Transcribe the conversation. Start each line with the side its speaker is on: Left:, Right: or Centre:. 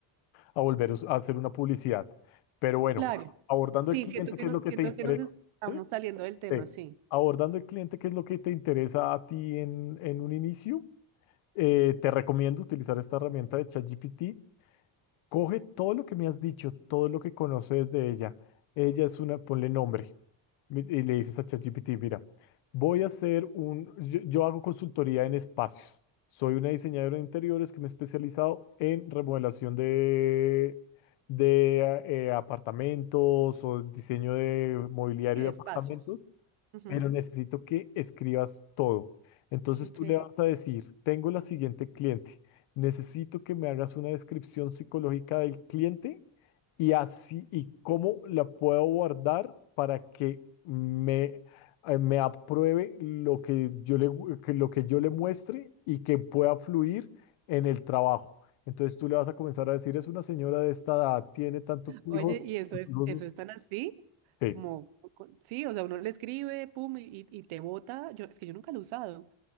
Left: a volver a us- a hacer una publicidad. Pero bueno,
Right: Claro.
Left: abordando
Right: Sí,
Left: el cliente,
Right: siento que
Left: ¿qué
Right: no,
Left: es lo
Right: siento
Left: que te interesa?
Right: que nos estamos
Left: ¿Sí?
Right: saliendo del tema,
Left: Sí.
Right: sí.
Left: Abordando el cliente, ¿qué es lo que te interesa a ti en, en un inicio? Eh, te recomiendo utilizar esta herramienta de ChatGPT Coge todo lo que me has dicho, todo lo que conoces de ella. Ella es una, ponle nombre mi- y le dices a ChatGPT, mira, voy a hacer un, yo, yo hago consultoría en espacios. Soy una diseñadora de interiores que me he especializado en remodelación de, de eh, apartamentos o diseño de mobiliario
Right: Y de
Left: de
Right: espacios.
Left: apartamentos
Right: Ujú.
Left: pero necesito que escribas todo. Entonces
Right: Ok.
Left: tú le vas a decir, tengo la siguiente cliente, necesito que me hagas una descripción psicológica del cliente y así y cómo la puedo guardar para que me, eh, me apruebe lo que yo le, gu- que lo que yo le muestre y que pueda fluir en el trabajo. Entonces tú le vas a comenzar a decir, es una señora de esta edad, tiene tantos hijos.
Right: Oye, ¿y eso
Left: tantos
Right: es,
Left: hijos".
Right: eso es tan así?
Left: Sí.
Right: Como, con- sí, o sea, uno le escribe, pum, y, y te bota. Yo, es que yo nunca lo he usado.